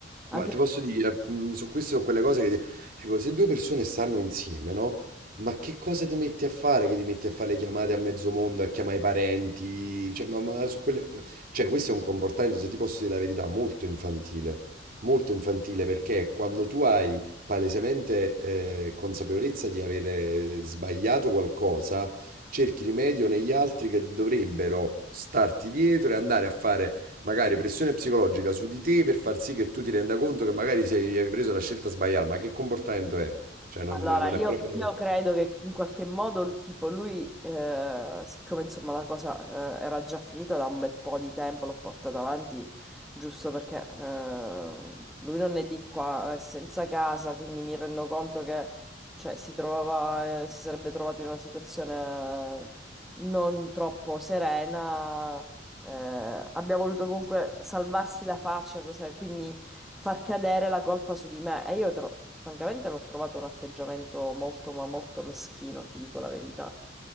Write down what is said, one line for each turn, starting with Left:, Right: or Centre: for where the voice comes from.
Centre: Anche
Right: Ma ti posso dire, mm, su queste sono quelle cose che dico, se due persone stanno insieme, no? Ma che cosa ti metti a fare? Che ti metti a fare le chiamate a mezzo mondo, a chiamare i parenti? Cioè, ma, ma su quelle... cioè, questo è un comportamento, se ti posso dire la verità, molto infantile. Molto infantile perché quando tu hai palesemente eh, consapevolezza di avere sbagliato qualcosa, cerchi rimedio negli altri che dovrebbero starti dietro e andare a fare magari pressione psicologica su di te per far sì che tu ti renda conto che magari sei, avevi preso la scelta sbagliata, ma che comportamento è? Cioè, non,
Centre: Allora,
Right: non
Centre: io,
Right: è proprio...
Centre: io credo che in qualche modo, tipo, lui, eh, siccome insomma la cosa, eh, era già finita da un bel po' di tempo, l'ho portata avanti giusto perché, eh, lui non è di qua, è senza casa, quindi mi rendo conto che, cioè, si trovava, eh, si sarebbe trovato in una situazione eh, non troppo serena. eh, abbia voluto comunque salvarsi la faccia, cioè, quindi far cadere la colpa su di me. E io, tro- francamente, l'ho trovato un atteggiamento molto, ma molto meschino, ti dico la verità.